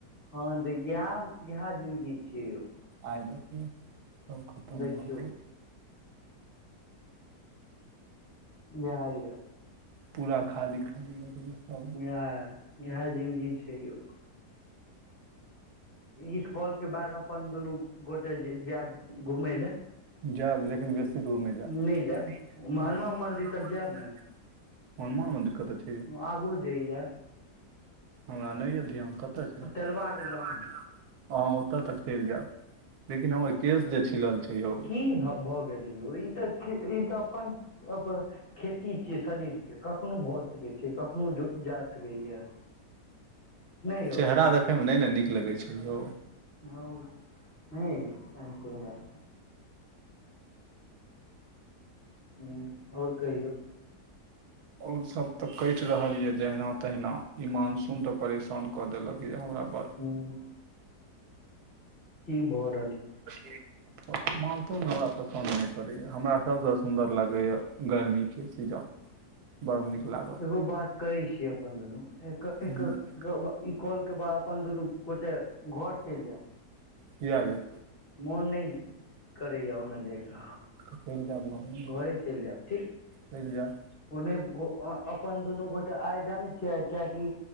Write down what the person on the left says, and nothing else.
हँ देगी आम इएह जिनगी छै यौ
देखियौ
जाय य
आँ इएह जिन्दगी छै यौ इस कॉल के बाद अपन दुनू गोटे जेएब घुमय लए
नहि जायब महात्मा
मन्दिर
जायब
आगू जेईया
तेलबाक
लम्हे
की भ भ गेलै यौ ई त ई त अपन अप खेती छियै शरीर के कखनो भ सकैत छै कखनो ज जा <unintelligible> नहि यौ
हौं नै यौ एहन कोनो बात उ आओर कहियौ
हूँ <unintelligible>
ओ बात कहै छी अपन दुनू एक
एक रौबा ई कॉल के बाद अपन दुनू गोटे घर चलि जेएब
मोन नै करैया ओन जाय के
घरे चलि जायब ठीक
ओ नै ओ अ अपन दुनू गोटे आइ जानै छियै कियाकि